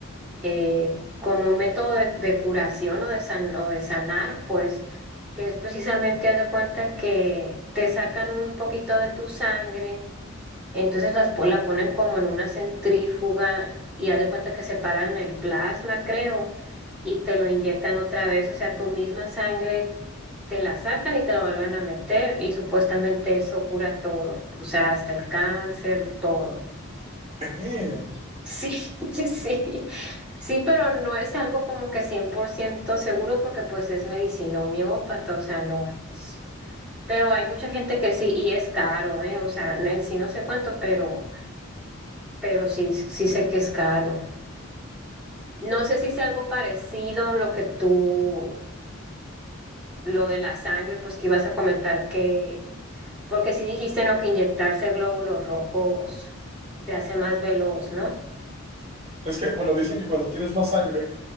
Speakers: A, in the centre; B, on the right (about 30°).
A: eh, como un método de, de curación o de, san- o de sanar, pues, que es precisamente, haz de cuenta que te sacan un poquito de tu sangre, entonces las, po- la ponen como en una centrífuga y haz de cuenta que separan el plasma, creo, y te lo inyectan otra vez, o sea, tu misma sangre te la sacan y te la vuelven a meter y supuestamente eso cura todo, o sea, hasta el cáncer, todo.
B: "Eh".
A: Sí, <laughs> sí, sí, pero no es algo como que 100% seguro porque pues es medicina homeópata, o sea, no es. Pero hay mucha gente que sí, y es caro, ¿eh? O sea, no- en sí no sé cuánto, pero, pero sí, sí sé que es caro. No sé si es algo parecido lo que tú, lo de la sangre, pues que ibas a comentar que, porque sí dijiste, ¿no? Que inyectarse glóbulos rojos te hace más veloz, ¿no?
B: Es que, bueno, dicen que cuando tienes más sangre